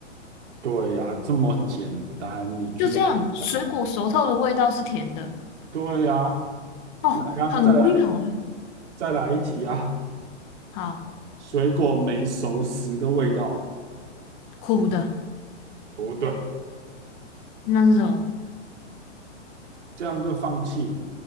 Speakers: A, on the right; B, on the left.
A: 对呀，这么简单，你居然讲？
B: 就这样。水果熟透的味道是甜的，
A: 对呀，
B: 哦，
A: 来呀，
B: 很无聊啊。
A: 再来，再来一题啊！
B: 好，
A: 水果没熟时的味道，
B: 苦的，
A: 不对，
B: 那是什么？
A: 这样就放弃。